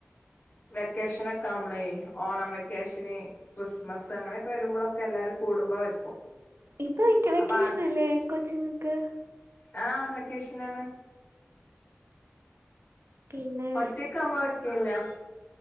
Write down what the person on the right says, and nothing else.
ഇപ്പ വെയ്ക്ക വെക്കേഷനല്ലേ
കൊച്ചുങ്ങക്ക്
പിന്നെ